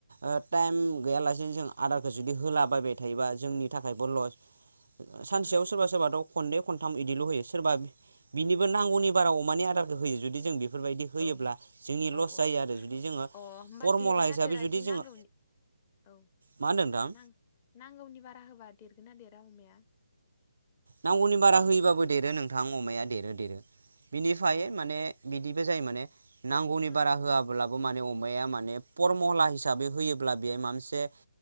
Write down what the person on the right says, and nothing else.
ओ टाइम गैयालासेनो जों आदारखौ जुदि होलाबायबाय थायोबा जोंनि थाखायबो लस सानसेयाव
सोरबा सो थ खननै खनथाम इदिल' होयो सोरबा बिनिबो नांगौनि बाराव अमानि आदारखौ होयो जुदि जों बेफोरबायदि होयोब्ला
जोंनि लस
जायो आरो जुदि जोङो
फरमुला
हिसाबै
जुदि
जोङो
मा होनदों नोंथां
नांगौनि बारा होयोबाबो देरो नोंथां अमाया देरो देरो बिनिफाय
माने बिदिबो जायो माने नांगौनि
बारा होआब्लाबो माने अमाया मान ने फरमला हिसाबै होयोब्ला बेहाय माबा मोनसे